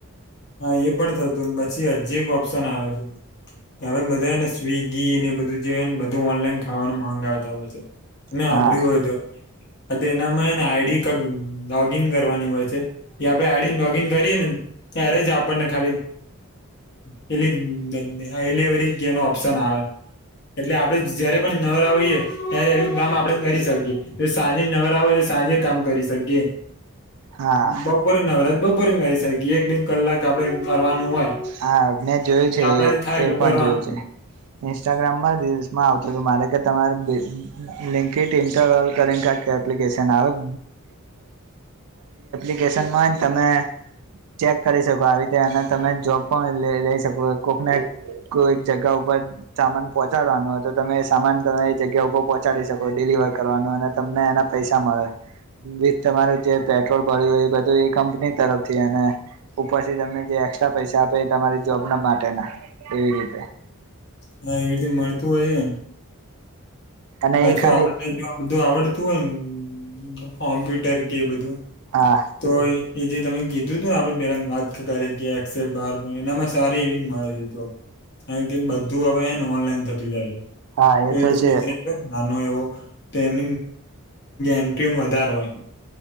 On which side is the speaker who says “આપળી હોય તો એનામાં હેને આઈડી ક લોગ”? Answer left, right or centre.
Left